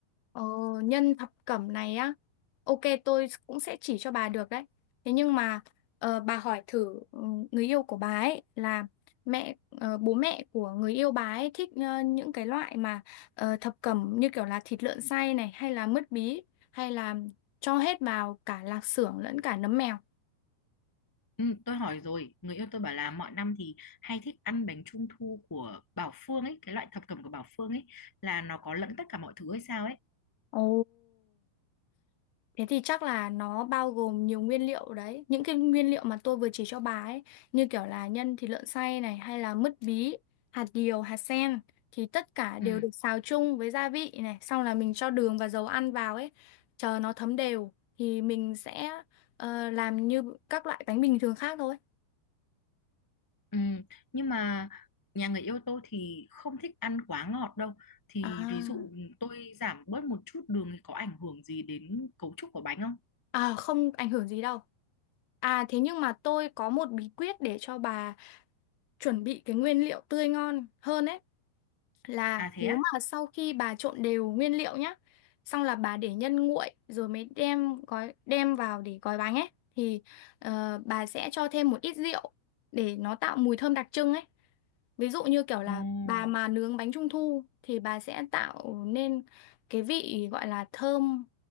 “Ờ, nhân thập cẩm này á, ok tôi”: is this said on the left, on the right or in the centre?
Left